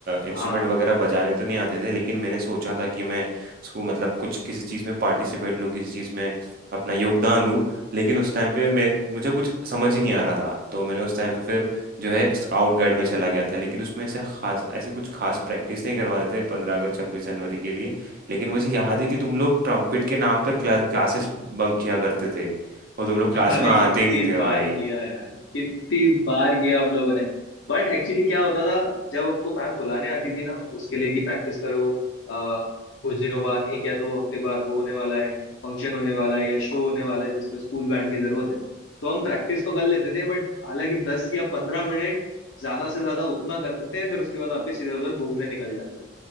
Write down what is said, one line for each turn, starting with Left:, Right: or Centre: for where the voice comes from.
Right: इंस्ट्रूमेंट
Left: हाँ
Right: वगैरह बजाने तो नहीं आते थे लेकिन मैंने सोचा था कि मैं उसको मतलब कुछ किसी चीज़ में पार्टिसिपेट लूँ किसी चीज़ में अपना योगदान दूँ लेकिन उस टाइम पे मेरे मुझे कुछ समझ ही नहीं आ रहा था तो मैंने उस टाइम पे फिर जो है स्काउट गाइड में चला गया था लेकिन उसमें ऐसे खास ऐसे कुछ खास प्रैक्टिस नहीं करवाते थे पंद्रह अगस्त छब्बीस जनवरी के लिए लेकिन मुझे याद है कि तुम लोग ट्रम्पेट के नाम पर क्लासेस बंक किया करते थे और तुम लोग क्लास
Left: अरे
Right: में आते
Left: कितनी
Right: ही नहीं थे
Left: बार
Right: भाई
Left: किया यार कितनी बार किया हम लोगों ने बट एक्चुअली क्या होता था जब हमको मैम बुलाने आती थी ना उसके लिए कि प्रैक्टिस करो आ, कुछ दिनों बाद एक या दो हफ्ते बाद वो होने वाला है फंक्शन होने वाला है या शो होने वाला है जिसमें स्कूल बैंड की जरूरत है तो हम प्रैक्टिस तो कर लेते थे बट हालांकि दस या पंद्रह मिनट ज्यादा से ज्यादा उतना करते थे फिर उसके बाद वापस इधर उधर घूमने निकल जाते थे